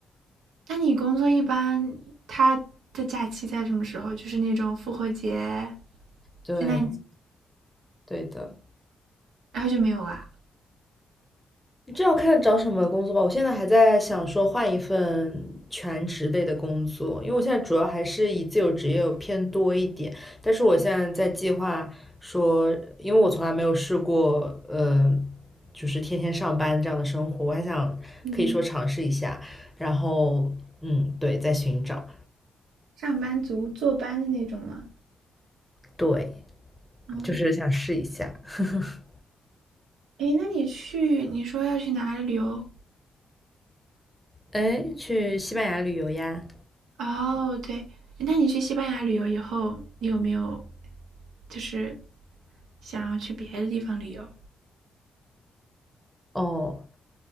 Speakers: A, on the right (about 80°); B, in the centre.
A: 那你工作一般，他的假期在什么时候？就是那种复活节、
B: 对，
A: 圣诞节，
B: 对的。
A: 然后就没有啦。
B: 这要看找什么工作吧。我现在还在想说换一份全职类的工作，因为我现在主要还是以自由职业偏多一点。但是我现在在计划说，因为我从来没有试过，呃，就是天天上班这样的生活，我还想可以说尝试一下。
A: 嗯，
B: 然后，嗯，对，在寻找，
A: 上班族坐班的那种吗？
B: 对，
A: 哦，
B: 就是想试一下。<laughs>
A: 诶，那你去，你说要去哪里旅游？
B: 哎，去西班牙旅游呀？
A: 哦，对，那你去西班牙旅游以后，你有没有就是想要去别的地方旅游？
B: 哦，